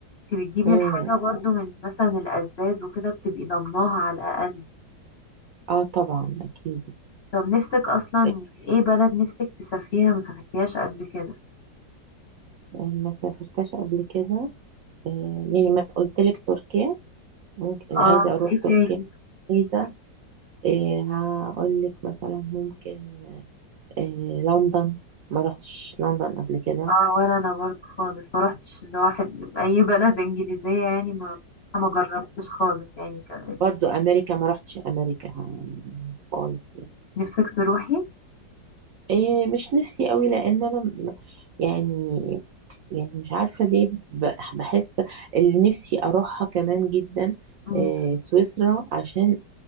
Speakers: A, on the left (about 55°); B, on the right (about 70°).
A: انت بتجيبي
B: م.
A: الحاجة برضو من مثلا الأزاز وكده بتبقي ضمناها على الأقل
B: اه طبعا اكيد
A: طب نفسك أصلا
B: إيه،
A: يعني ايه بلد نفسك تسافريها ما سافرتيهاش قبل كده
B: ما سافرتش قبل كده إيه، يعني ما قلت لك تركيا ممكن يعني
A: اه
B: عايزة اروح
A: ايه
B: تركيا
A: تاني
B: عايزة إيه، هقول لك مثلا ممكن إيه، لندن ما رحتش لندن قبل كده
A: اه ولا أنا برضو خالص ما روحتش لواحد بأي <laughs> بلد إنجليزية يعني ما ما جربتش خالص يعني كده
B: برضو امريكا ما رحتش امريكا خالص يعني
A: نفسك تروحي
B: إيه مش نفسي قوي لان انا م- يعني يعني مش عارفه ليه ب- بحس اللي نفسي اروحها كمان جدا
A: مم.
B: إيه سويسرا عشان